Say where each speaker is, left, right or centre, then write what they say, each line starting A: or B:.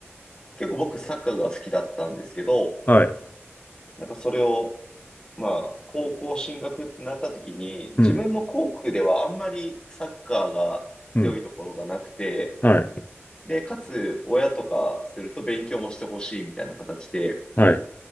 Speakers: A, on the left; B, on the left.
A: 結構僕サッカーが好きだったんですけど、
B: はい。
A: なんかそれを、まあ、高校進学ってなった時に、自分の校区ではあんまりサッカーが強いところがなくて、
B: うん。うん。はい。
A: で、かつ、親とかすると勉強もしてほしいみたいな形で、
B: はい。